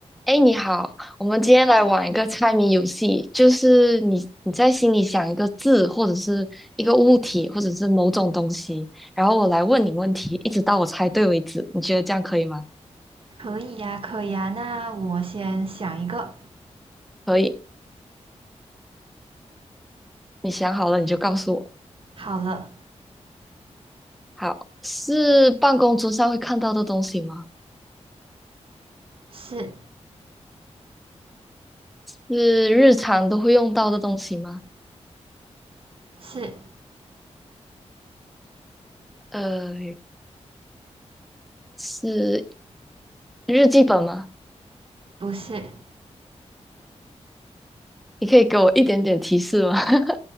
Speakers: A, in the centre; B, on the right.
A: 哎，你好，我们今天来玩一个猜谜游戏，
B: 嗨，
A: 就是你你在心里想一个字，或者是一个物体，或者是某种东西，然后我来问你问题，一直到我猜对为止。你觉得这样可以吗？
B: 可以呀，可以呀。那我先想一个。
A: 可以，你想好了你就告诉我。
B: 好了，
A: 好，是办公桌上会看到的东西吗？
B: 是
A: 是日常都会用到的东西吗？
B: 是，
A: 呃，是日记本吗？
B: 不是？
A: 你可以给我一点点提示吗？<laughs>